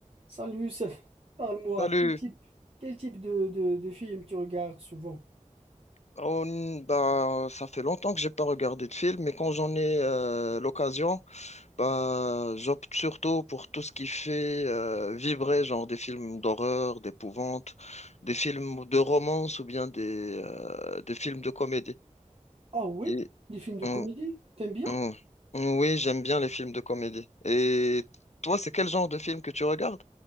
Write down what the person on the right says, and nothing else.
Salut Youssef, parle-moi,
quel type, quel type de, de, de films tu regardes souvent?
Ah oui,
des films de
comédie, t'aimes bien?